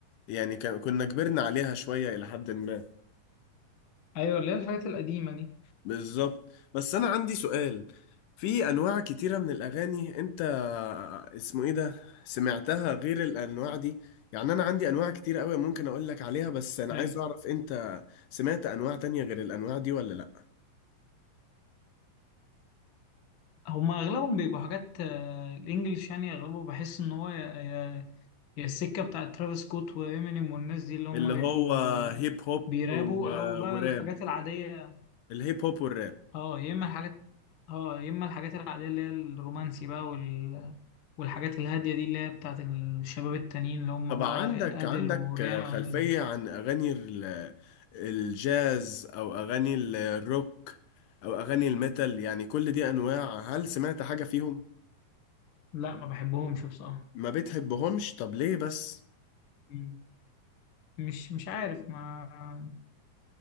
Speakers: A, on the left; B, on the left.
A: يعني كان- كنا كبرنا عليها شوية الى حد ما
B: ايوه اللي هي الحاجات القديمه دي
A: بالظبط بس انا عندي سؤال في انواع كتيرة من الاغاني انت آه، اسمه ايه ده سمعتها غير الانواع دي يعني انا عندي انواع كتير قوي ممكن اقول لك عليها بس انا
B: آه،
A: عايز اعرف انت سمعت انواع تانية غير الانواع دي ولا لا
B: هما اغلبهم بيبقوا حاجات آه، الانجليش يعني اغلبه بحس ان هو يا يا- يا السكه بتاعت ترافيس سكوت وامينيم والناس دي اللي هما
A: اللي
B: بيبقوا
A: هو هيب هوب
B: بيرابوا
A: و...
B: او بقى
A: وراب
B: الحاجات العاديه
A: الهيب هوب والراب
B: اه يا اما الحاجات اه يا اما الحاجات العاديه اللي هي الرومانسي بقى وال... والحاجات الهاديه دي اللي هي بتاعت الشباب التانيين اللي هم
A: طبعا
B: بقى
A: عندك عندك
B: ادل وريانا
A: خلفية
B: والناس دي
A: عن اغاني ال... الجاز او اغاني الروك او اغاني الميتال يعني كل دي انواع هل سمعت حاجة فيهم
B: لا ما بحبهمش بصراحه
A: ما بتحبهمش طب ليه بس
B: مم. مش مش عارف ما